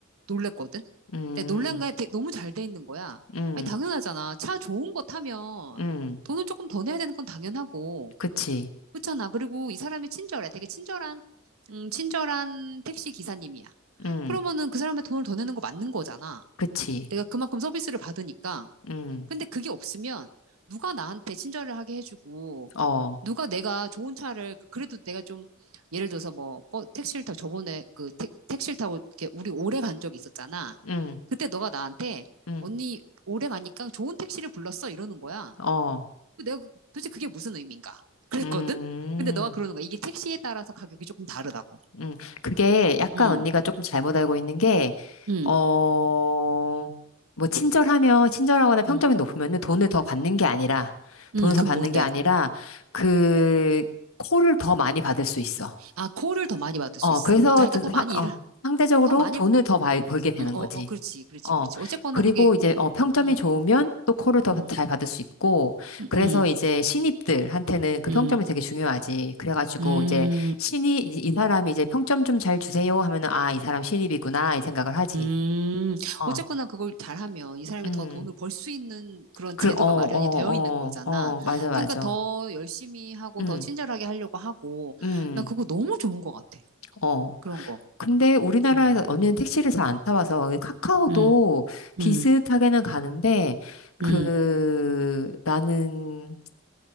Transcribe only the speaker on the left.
음.
음.
음.
그치.
음.
그치.
음.
어.
음.
음.
어.
음.
음, 그게 약간
언니가 조금 잘못 알고 있는 게,
어, 뭐, 친절하면, 친절하거나 평점이
높으면은 돈을 더 받는 게 아니라,
돈을 더
받는
게 아니라, 그, 콜을 더 많이 받을 수 있어.
어,
그래서
저
상-
어,
상대적으로
돈을 더 많이 벌게 되는
거지.
어,
그리고
이제 어, 평점이
좋으면 또 콜을 더
잘 받을 수 있고,
그래서
이제 신입들한테는 그
평점이 되게 중요하지. 그래가지고
이제 신이, 이, 이 사람이 이제 평점 좀 잘 주세요 하면은, 아, 이 사람 신입이구나, 이 생각을 하지.
어,
음,
그,
어, 어,
어, 어, 맞아, 맞아.
음,
음,
어.
근데 우리나라에서
언니는 택시를 잘 안 타봐서 이 카카오도
비슷하게는
가는데 그
나는